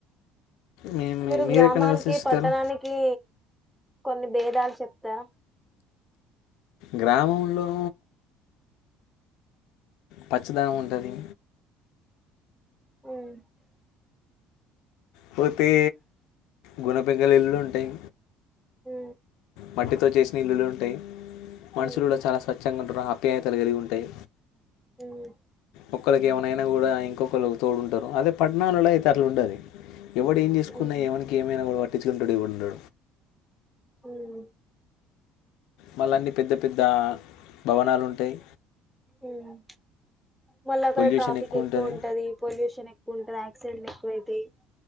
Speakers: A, on the left; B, in the centre.
A: మీ- మీ-
B: మీరు గ్రామానికి
A: ఎక్కడ నివసిస్తారు
B: పట్టణానికి కొన్ని భేదాలు చెప్తారా
A: గ్రామంలో పచ్చదనం ఉంటది
B: ఉమ్
A: పోతే గుణపెగలు ఇల్లు ఉంటాయి
B: ఉ
A: మట్టితో చేసిన ఇల్లులు ఉంటాయి మనుషులు
B: ఉమ్,
A: కూడా చాలా స్వచ్ఛంగా ఉంటారు ఆప్యాయతలు కలిగి ఉంటాయి
B: ఉమ్
A: ఒక్కల కి ఏమైనా అయినా కూడా ఇంకొకలు తోడుంటారు అదే పట్టణాలలు అయితే అట్ల ఉండది ఎవడు ఏం చేసుకున్నా
B: ఉమ్,
A: ఎవనికి ఏమైనా వా పట్టించుకుంటాడు ఎవడుండు
B: ఉమ్,
A: మళ్ళ అన్ని పెద్ద పెద్ద భవనాలు ఉంటాయి
B: ఉమ్ మళ్ళ అక్కడ
A: పొల్యూషన్
B: ట్రాఫిక్ ఎక్కువ
A: ఉంటుంది
B: ఉంటది పొల్యూషన్ ఎక్కువ ఉంటది యాక్సిడెంట్ ఎక్కువవుతాయి